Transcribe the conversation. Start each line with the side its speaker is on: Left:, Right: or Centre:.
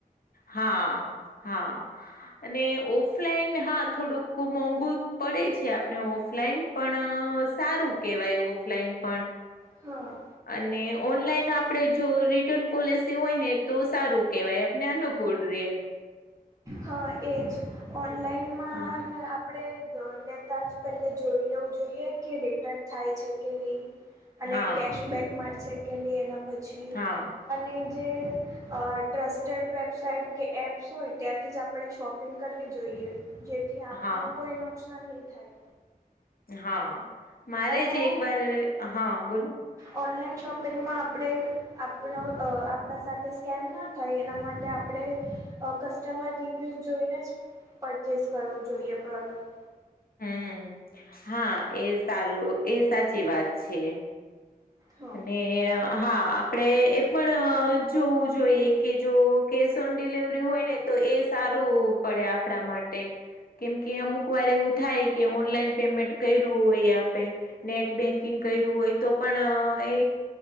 Left: હા, હા. અને ઓફલાઈન હા થોડુંક મોંઘુ પડે છે, આપને ઓફલાઈન પણ સારું કેહેવાય, ઓફલાઈન પણ.
Right: હા.
Left: અને ઓનલાઈન આપડે જો રિટર્ન પોલિસી હોય ને તો સારું કેવાય, આપને અનુભવ. Good day.
Right: હા એજ ઓનલાઈનમાં
Left: હા
Right: આપ. આપણે લેતા જ પહેલે જોઈ લેવું જોઈએ, કે રિટર્ન થાય છે, કે નહીં. અને
Left: હા
Right: કેશબેક મારશે કે નહીં એના પછી.
Left: હા
Right: અને જે ટ્રસ્ટેડ વેબસાઇટ કે એપ્સ હોય. ત્યાંથી જ આપણે શોપિંગ કરવી જોઈએ, જેથી આપનું
Left: હા
Right: કોઈ નુકસાન નહીં થાય.
Left: હા મારે
Right: અને
Left: જ એકવાર હા બોલોને.
Right: ઓનલાઈન શોપિંગમાં આપણે. આપ આપણા સાથે સ્કેમ ના થાય એના માટે આપણે. અ કસ્ટમર રિવ્યુઝ જોઈને જ પરચેસ કરવું જોઈએ પ્રોડક્ટ.
Left: હું હા એ સારું એ સાચી વાત છે.
Right: હા
Left: અનેને. હા આપણે એ પણ જોવું જોઈએ, કે જો કેશ ઓન ડિલવરી હોયને. તો એ સારું પડે આપણા માટે. કેમ કે, અમુકવાર એવું થાય કે ઓનલાઈન પેમેન્ટ કરું હોય આપે. નેટ બેન્કિંગ કર્યું હોય તો પણ. એ